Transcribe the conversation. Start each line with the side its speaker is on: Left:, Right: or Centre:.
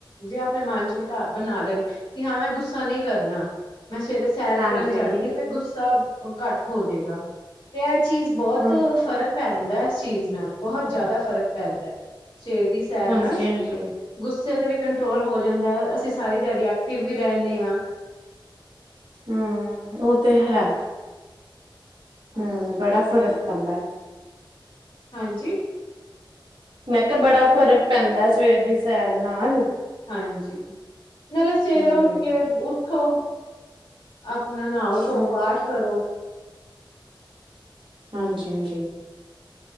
Left: ਜੇ ਆਪਨੇ ਮੰਨ ਚ ਟਾ੍ਹਬਨਾ ਲੈਨ ਕਿ ਹਾਂ ਮੈਂ ਗੁੱਸਾ ਨੀ ਕਰਨਾ, ਮੈਂ ਸਵੇਰੇ ਸੈਰ
Right: ਹਾਂਜੀ
Left: ਕਰਨ ਜਾਨੀ ਏ ਤੇ ਗੁੱਸਾ ਘਾੱਟ ਹੋਜੇਗਾ, ਤੇ ਐ ਚੀਜ ਬੋਤ
Right: ਹਮ
Left: ਫਰਕ ਪੈਦੈ ਚੀਜ ਨਾਲ ਬੋਹਤ ਜਾਦਾ ਫ਼ਰਕ ਪੈਂਦੈ, ਸਵੇਰ ਦੀ ਸੈਰ
Right: ਹਾਂਜੀ
Left: ਨਾਲ
Right: ਹਾਂਜੀ
Left: ਗੁੱਸੇ ਤੇ ਵੀ ਕੰਟਰੋਲ ਹੋ ਜਂਦੈ, ਅਸੀ ਸਾਰੀ ਦੇਹਾੜੀ ਐਕਟਿਵ ਵੀ ਰੈਨੇ ਆਂ।
Right: ਹੂੰ, ਓ ਤੇ ਹੈ,
Left: ਹਾਂਜੀ।
Right: ਹੂੰ ਬੜਾ ਫਰਕ ਪੈਂਦੈ।
Left: ਹਾਂਜੀ।
Right: ਮੈਂ ਕੇਆ ਬੜਾ ਫ਼ਰਕ ਪੈਂਦੈ ਸਵੇਰ ਦੀ ਸੈਰ ਨਾਲ।
Left: ਹਾਂਜੀ, ਨਾਲੇ ਸਵੇਰੇ
Right: ਹਮ
Left: ਉਠ ਕੇ, ਉਠੋ ਆਪਨਾ ਨਾਓ-ਧੋਓ
Right: ਹਮ
Left: ਪਾਠ ਕਰੋ।
Right: ਹਾਂਜੀ-ਹਾਂਜੀ।